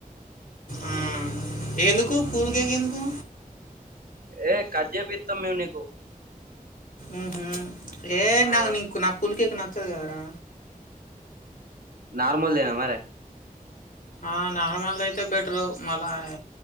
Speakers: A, on the left; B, on the right.
A: ఆ ఎందుకు కూల్ కేక్ ఎందుకు
B: ఏ కట్ జేపిత్తాం మేం నీకు
A: ఊహు ఏ
B: ఆ
A: నాకు నీ నా కూల్ కేక్ నచ్చదు కదరా
B: నార్మల్ దేనా మరె
A: ఆ నార్మల్ దైతే బెట్రు మళ్ళా ఆ